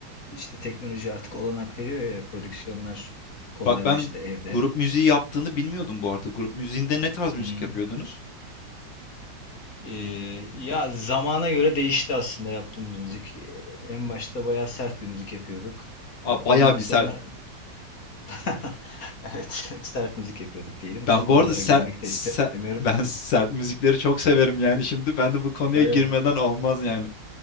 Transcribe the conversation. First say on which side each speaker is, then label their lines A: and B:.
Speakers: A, on the left; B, on the left.
A: işte teknoloji artık olanak veriyor ya, prodüksiyonlar kolaylaştı
B: Bak ben
A: evde.
B: grup müziği yaptığını bilmiyordum bu arada. Grup müziğinde ne tarz müzik
A: Hmm.
B: yapıyordunuz?
A: Ee, ya zamana göre değişti aslında yaptığımız müzik. Ee, En başta bayağı sert bir müzik yapıyorduk. Ee,
B: A,
A: ondan
B: bayağı bir
A: sonra
B: sert.
A: <laughs> evet <laughs> sert müzik yapıyorduk diyelim.
B: Ben
A: Çok
B: bu
A: oralara
B: arada ser
A: girmek
B: se
A: de istemiyorum.
B: ben sert müzikleri çok severim yani şimdi. Ben de bu konuya
A: Öyle
B: girmeden
A: mi?
B: olmaz yani.